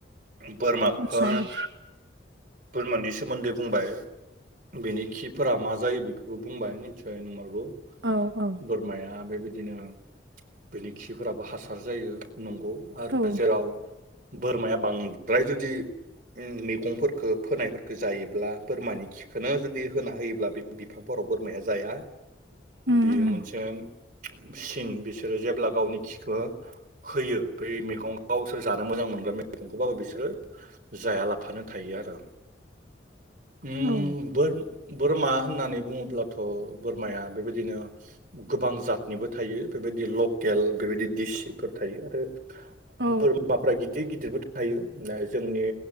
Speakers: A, on the right; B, on the right.
A: बोरमाखो
B: आदसा दे
A: बोरमानि सोमोन्दै बुंबाय बेनि खिफोरा मा जायो बेखौबो बुंबाय निससय नंमारगौ।
B: औ औ
A: बोरमाया बेबाय दिनो बेनि खिफोराबो हा सार जायो नंगौ आरो
B: औ
A: जेराव बोरमाया बांद्राय जुदि उम मैगंफोर खो फोनायफोरखो जायोब्ला बोरमानि खिखौनो जुदि होना होयोब्ला बे बिफांफोराव बोरमाया जाया।
B: उम
A: बेयो
B: उम
A: मोनसे सिन बिस बिसोरो जेब्ला गावनि खिखो होयो बै मैगं गावसोर जानो मोजां मोनग्रा मैगंखौबाबो बिसोरो जायालाफानो थायो आरो ओम
B: औ
A: बोर बोरमा होननानै बुङोब्लाथ बोरमाया बेबायदिनो गोबां जातनिबो थायो। बेबायदि लकेल बेबायदि दिडिसफोर थायो आरो
B: औ
A: बोरमाफ्रा गिदिर गिदिरबो थ थायो जोंनि